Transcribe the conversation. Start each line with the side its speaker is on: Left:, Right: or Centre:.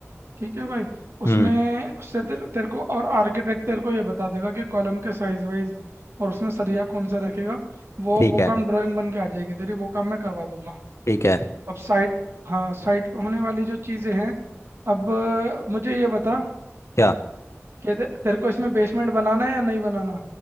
Right: ठीक है भाई उसमें
Left: हम्म
Right: उससे तेरे तेरे को और आर्किटेक्ट तेरे को ये बता देगा कि कॉलम के साइज वाइज और उसमें सरिया कौन सा रखेगा वो
Left: ठीक
Right: वो
Left: है
Right: काम ड्राइंग बन के आ जाएगी तेरी वो काम मैं करवा दूंगा
Left: ठीक है
Right: अब साइट हाँ साइट पे होने वाली जो चीज़ें हैं अब अ, मुझे ये बता
Left: क्या
Right: कि ते, तेरे को इसमें बेसमेंट बनाना है या नहीं बनाना